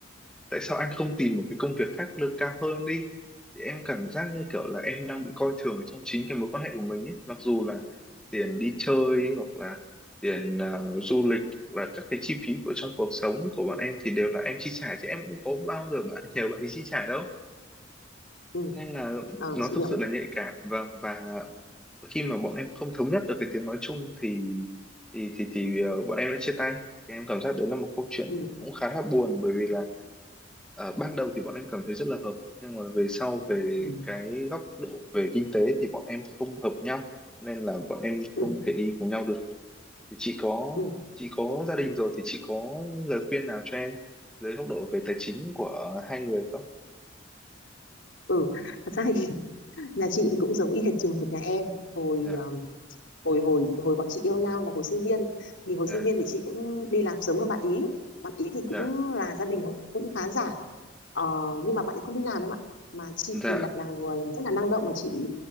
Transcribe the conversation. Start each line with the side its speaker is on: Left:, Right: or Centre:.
Centre: tại sao anh không tìm một cái công việc khác lương cao hơn đi thì em cảm giác như kiểu là em đang bị coi thường ở trong chính cái mối quan hệ của mình ấy mặc dù là tiền đi chơi hoặc là tiền à, du lịch hoặc là các cái chi phí của trong cuộc sống của bọn em thì đều là em chi trả chứ em cũng có bao giờ bạn nhờ bạn đi chi trả đâu
Left: ừ
Centre: nên là
Left: ờ
Centre: nó
Left: chị
Centre: thực
Left: hiểu
Centre: sự là nhạy cảm vâng và khi mà bọn em không thống nhất được cái tiếng nói chung thì thì thì, thì ờ, bọn em đã chia tay thì em cảm giác đấy là một câu chuyện
Left: ừ
Centre: cũng khá là buồn bởi vì là ờ, ban đầu thì bọn em cảm thấy rất là hợp nhưng mà về sau về
Left: ừ
Centre: cái góc độ về kinh tế thì bọn em không hợp nhau nên là bọn em
Left: ừ
Centre: không thể đi cùng nhau được thì chị có
Left: ừ
Centre: chị có gia đình rồi thì chị có lời khuyên nào cho em dưới góc độ về tài chính của hai người không
Left: ừ thật ra thì <laughs> nhà chị thì cũng giống y hệt trường hợp nhà em hồi
Centre: dạ
Left: ờ, hồi hồi hồi bọn chị yêu nhau và hồi sinh viên thì hồi
Centre: dạ
Left: sinh viên thì chị cũng đi làm sớm hơn bạn ý bạn ý thì cũng
Centre: dạ
Left: là gia đình cũng khá giả ờ, nhưng mà bạn ấy không đi làm em ạ mà chị
Centre: dạ
Left: thì lại là người rất là năng động mà chị